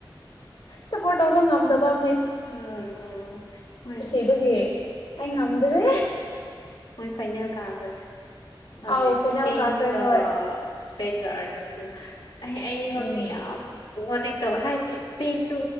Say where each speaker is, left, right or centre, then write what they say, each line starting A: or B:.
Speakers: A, on the left; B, on the left.
A: ꯁꯞꯄꯣꯔꯠ ꯇꯧꯕ ꯉꯝꯗꯕ ꯑꯃ
B: ꯎ ꯍꯣꯏ
A: ꯏꯕꯒꯤ ꯑꯩ ꯉꯝꯗ꯭ꯔꯦ
B: ꯃꯣꯏ ꯐꯥꯏꯅꯦꯜ ꯀꯥꯈ꯭ꯔꯦ ꯍꯧꯖꯤꯛ
A: ꯑꯥꯎ
B: ꯏꯁꯄꯦꯟꯒ
A: ꯐꯥꯏꯅꯦꯜ ꯀꯥꯈ꯭ꯔꯦ ꯍꯣꯏ
B: ꯏꯁꯄꯦꯟꯒ ꯑꯔꯖꯦꯟꯇꯤꯅꯥ꯫ ꯑꯩ
A: ꯎꯝ
B: ꯍꯧꯖꯤꯛ ꯌꯥꯝ ꯋꯥꯔꯤ ꯇꯧꯋꯦ ꯍꯥꯏꯗꯤ ꯏꯁꯄꯦꯟꯗꯣ